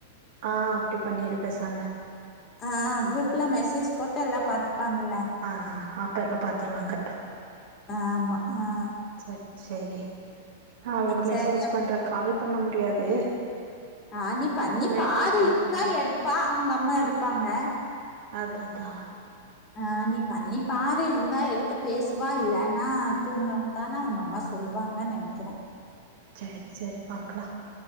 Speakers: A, on the right (about 65°); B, on the left (about 30°).
A: ஆ அப்டி பண்ணிரு பேசாம
B: ஆ குரூப்ல மெசேஜ் போட்ட எல்லா பாத்துப்பாங்கல்ல
A: ஆ அப்பப்ப பாத்துருவாங்க
B: ஆமா அ அ
A: சேர் செரி அவளுக்கு
B: சரி
A: மெசேஜ்
B: அப்-
A: பண்ற கால் பண்ண முடியாது
B: ஆ நீ பண்ணி
A: மெசேஜ்
B: பாரு
A: பண்ணி
B: இருந்தா
A: பாக்குறே
B: எடுப்பா அவுங்க அம்மா இருப்பாங்க
A: அதா அதா
B: ஆ நீ பண்ணி பாரு இருந்தா எடுத்து பேசுவா இல்லன்னா தூங்கறான் தான அவுங்க அம்மா சொ ல்வாங்கன் நெனைக்கிற
A: சேரி சேரி பாக்கலா